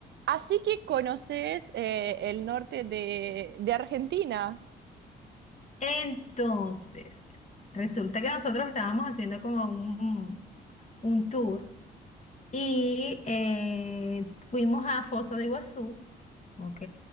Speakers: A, on the right; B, on the left.
A: Así que conoces eh, el norte de, de Argentina,
B: Entonces, resulta que nosotros estábamos haciendo como un, un tour y eh, fuimos a Foz de Iguazú, ¿ok?